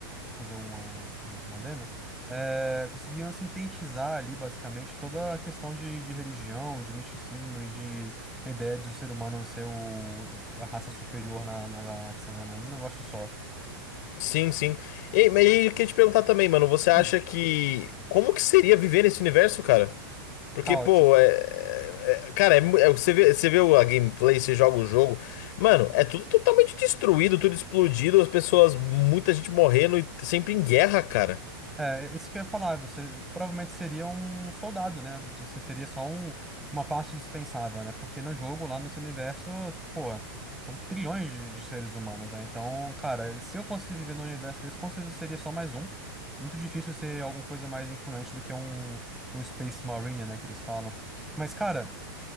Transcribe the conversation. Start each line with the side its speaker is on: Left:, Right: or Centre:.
Centre: fazer uma, um- um adeno, é, conseguiram sintetizar ali basicamente toda a questão de, de religião, de misticismo e de a ideia do ser humano ser o, a raça superior na, na galáxia, né? Num negócio só.
Left: Sim, sim. E, mas eu queria te perguntar também, mano, você acha
Centre: Hum.
Left: que. Como que seria viver nesse universo, cara? Porque,
Centre: Caótico.
Left: pô, é, é- é, cara, é, mu- é- você vê, você vê a gameplay, você joga o jogo, mano, é tudo totalmente destruído, tudo explodido, as pessoas, muita gente morrendo e sempre em guerra, cara.
Centre: É, isso que eu ia falar, você provavelmente seria um soldado, né? Você seria só um, uma parte dispensável, né? Porque no jogo, lá nesse universo, pô, são trilhões de, de seres humanos, né? Então, cara, se eu fosse viver num universo desse, com certeza eu seria só mais um. Muito difícil ser alguma coisa mais influente do que um, um Space Marine, né? Que eles falam. Mas, cara,